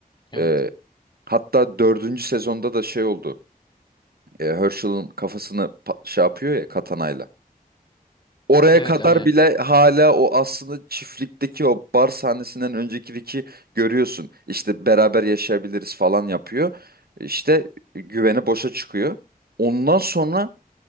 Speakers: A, on the left; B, on the right.
A: Evet.
B: Ee, hatta dördüncü sezonda da şey oldu. Ee, Herschel'ın kafasını pa- şey yapıyor ya katanayla. Oraya
A: Evet
B: kadar
A: aynen.
B: bile hala o aslında çiftlikteki o bar sahnesinden öncekideki görüyorsun. İşte beraber yaşayabiliriz falan yapıyor. İşte güveni boşa çıkıyor. Ondan sonra